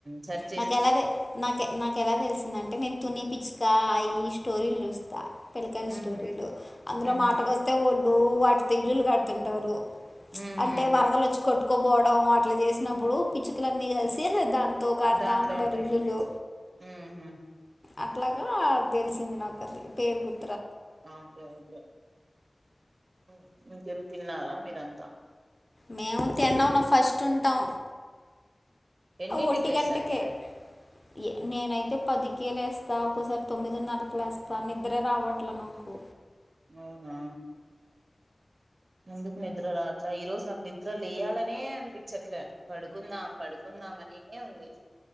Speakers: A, on the right; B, on the left.
A: స
B: నాకేలా తే నాక్ నాకు ఎలా తెలిసిందంటే నేను తుని న్స్టా ఈ స్టోరీలు చూస్తా పిలకాయల స్టోరీలు
A: ఉహు
B: అందులో
A: ఉహు
B: మాటకొస్తే టు వాటితో ఇల్లులు కడుతుంటారు
A: ఉహు
B: అంటే వరదలు వచ్చి కొట్ కొపోవడం అట్లా చేసినప్పుడు పిచ్చుకులన్నీ కలిసి దాంతో కడతా
A: దాంట్లో
B: ఉంటారు
A: ఉంటాయి
B: ఇల్లులు
A: మ్ హు
B: అట్లాగా తెలిసింది నాకది పేరు గుర్
A: ఓకే ఒకే హు ఇంకేం తిన్నారా మీరంతా
B: మేము తినడంలో ఫస్ట్ ఉంటాం
A: ఎన్నింటికి
B: ఒంటి
A: లేస్తారు
B: గంటకే
A: మీరు
B: ఇ నేనైతే పది ేలేస్తా ఒక్కోసారి తొమ్మిదిన్నరకులు లేస్తా నిద్రే రావట్లనాకు
A: అవునా ఎందుకు నిద్ర రాట్లే ఈ రోజు నాకు నిద్ర లేయాలనే అనిపించట్లే పడుకుందాం పడుకుందాం అనే ఉంది